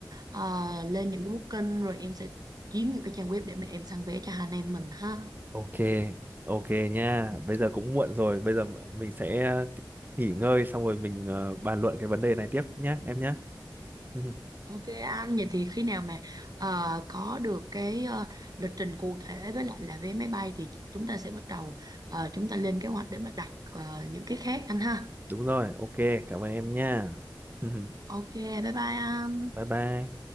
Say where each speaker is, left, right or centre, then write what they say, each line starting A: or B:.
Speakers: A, on the right (about 55°); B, on the right (about 25°).
A: ờ, lên những cái booking rồi em sẽ kiếm những cái trang web để mà em săn vé cho hai anh em mình ha
B: Ok, ok nha. Bây giờ cũng muộn rồi, bây giờ mình sẽ ờ, nghỉ ngơi xong rồi mình ờ, bàn luận cái vấn đề này tiếp nhé, em nhé. <laughs>
A: ok anh vậy thì khi nào mà ờ, có được cái ờ, lịch trình cụ thể với lại là vé máy bay thì chúng ta sẽ bắt đầu ờ, chúng ta lên kế hoạch để mà đặt ờ, những cái khác anh ha
B: Đúng rồi, ok, cảm ơn em nha. <laughs>
A: ok bye bye anh
B: Bye bye.